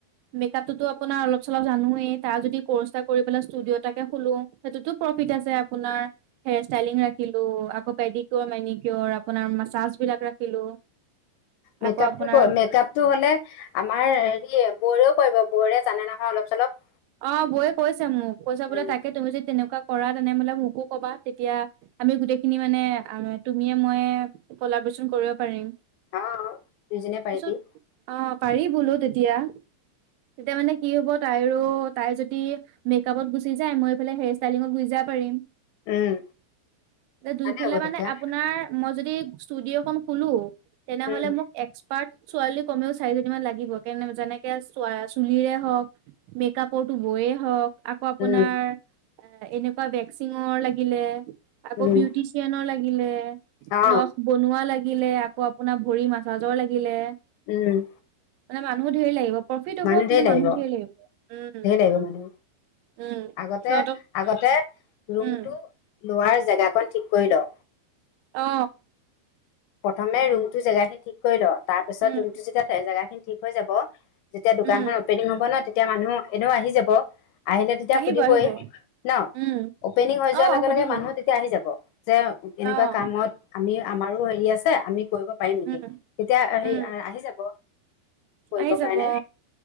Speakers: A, on the right; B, on the left.
A: মেকআপটোতো আপোনাৰ অলপ -চলপ জানোয়েই তাৰ যদি কৰ্চ এটা কৰি পেলাই ষ্টুডিঅ' এটাকে খোলো সেইটোতো প্ৰফিট আছে আপোনাৰ হেয়াৰ ষ্টাইলিং ৰাখিলো আকৌ পেডিকিয়ৰ, মেনিকিয়ৰ আপোনাৰ মাছাজ বিলাক ৰাখিলো
B: মেকআপটো
A: আকৌ আপোনাৰ
B: মেকআপ -টো হলে আমাৰ হেৰি বৌৱেৰে পাৰিব বৌৱেৰে জানে নহয় অলপ চলপ
A: অ বৌয়ে কৈছে মোক কৈছে বোলে
B: উম
A: তাকে তুমি যদি তেনেকুৱা কৰা তেনে বোলে মোকো কবা তেতিয়া আমি গোটেইখিনি মানে তুমিয়ে মইয়ে কলাব্ৰেচন কৰিব পাৰিম।
B: অ দুইজনিয়ে পাৰিবি।
A: তাৰপিছত অ পাৰি বোলো তেতিয়া তেতিয়া মানে কি হ'ব তাইৰো তাই যদি মেকআপত গুচি যায় মই এইফালে হেয়াৰ ষ্টাইলিঙত গুচি যাব পাৰিম।
B: উম
A: এ দুইফালে
B: ভালে হ'ব
A: মানে
B: তেতিয়া
A: আপোনাৰ মই যদি ষ্টুডিঅ খলো তেনেহলে
B: উম
A: মোক এক্সপাৰ্ত ছোৱালী কমেও চাৰিজনমান লাগিব কেনে যেনেকে চুলিৰে হওঁক মেকআপ বৌটো বয়ে হওক আকৌ আপোনাৰ
B: উম
A: এনেকুৱা ভেকচিঙৰ লাগিলে আকৌ
B: উম
A: বিউটিচিয়ানৰ লাগিলে
B: অ
A: নখ বনোৱা লাগিলে আকৌ আপোনাৰ ভৰি মাছাজৰ লাগিলে
B: উম
A: মানে মানুহ ধেৰ লাগিব প্ৰফিট
B: মানুহ
A: হ'ব
B: ধেৰ
A: কিন্তু
B: লাগিব
A: মানুহো ধেৰ লাগিব উম
B: ধেৰ লাগিব মানে
A: উম
B: আগতে
A: সিহঁতক
B: আগতে ৰুমটো
A: উম
B: লোৱাৰ জেগাকন ঠিক কৰি ল
A: অ
B: প্ৰথমে ৰুমটো জেগাখিনি ঠিক কৰি ল তাৰপিছত
A: উম
B: ৰুমটো যেতিয়া থ জেগাখিনি ঠিক হৈ যাব যেতিয়া দোকানখন
A: উম
B: অপেনিং হব ন তেতিয়া মানুহ এনেও আহি যাব আহিলে তেতিয়া
A: আহিব
B: সুধিবই
A: আহিব
B: ন
A: উম
B: অপেনিং হৈ যোৱাৰ
A: অ
B: লগে
A: সুধিবই
B: লগে মানুহ আহি যাব যে এনেকুৱা
A: অ',
B: কামত আমি আমাৰো হেৰি আছে আমি কৰিব পাৰিম নেকি
A: উম,
B: তেতিয়া হে
A: উম,
B: আহি যাব কৰিবৰ
A: আহি যাব
B: কাৰণে
A: অ